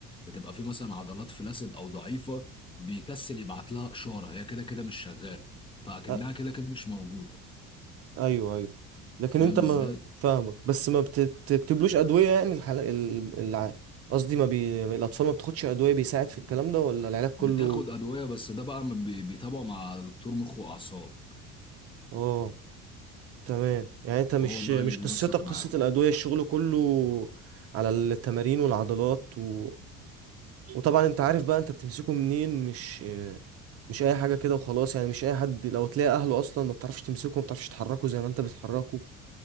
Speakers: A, on the left (about 15°); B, on the right (about 50°).
A: بتبقى في مثلا عضلات فلاسد او ضعيفه بيكسل يبعت لها اشاره هي كده كده مش شغاله فاكنها
B: أ-
A: كده كده مش موجوده
B: ايوه ايوه لكن
A: فاهم
B: انت
A: ازاي
B: ما فاهمك بس ما بتكتبلوش ادويه يعني الحل... ال- الع... قصدي ما بي... الاطفال ما بتاخدش ادويه بيساعد في الكلام ده ولا العلاج كله
A: بتاخد ادويه بس ده بقى بي- بيتابعه مع دكتور مخ واعصاب
B: اه تمام يعني انت مش
A: هو بقى
B: مش
A: اللي بينسق
B: قصتك قصة
A: معاهم
B: الأدوية الشغل كله على التمارين والعضلات و... وطبعا انت عارف بقى انت بتمسكه منين مش مش اي حاجة كده وخلاص يعني مش اي حد لو تلاقي اهله اصلا ما بتعرفش تمسكه ما بتعرفش تحركه زي ما انت بتحركه